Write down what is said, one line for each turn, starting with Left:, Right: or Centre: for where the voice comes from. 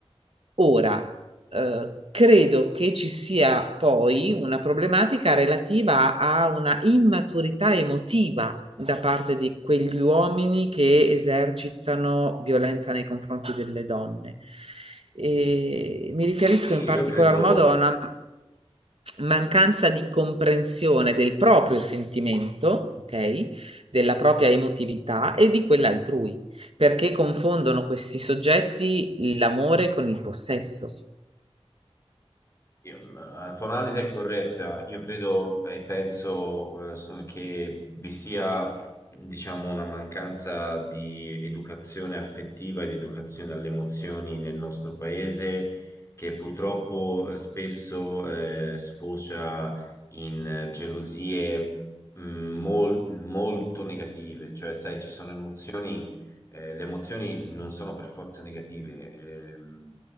Right: Ora, eh, credo che ci sia poi una problematica relativa a una immaturità emotiva da parte di quegli uomini che esercitano violenza nei confronti delle donne. E mi riferisco
Left: Sì,
Right: in
Left: io
Right: particolar
Left: credo.
Right: modo a una mancanza di comprensione del proprio sentimento, ok? Della propria emotività e di quella altrui, perché confondono questi soggetti l'amore con il possesso.
Left: Io- la tua analisi è corretta. Io credo e penso eh, so- che vi sia, diciamo, una mancanza di educazione affettiva e di educazione alle emozioni nel nostro paese, che purtroppo eh, spesso eh, sfocia in eh, gelosie mh, mol- molto negative. Cioè, sai, ci sono emozioni eh, le emozioni non sono per forza negative, ehm,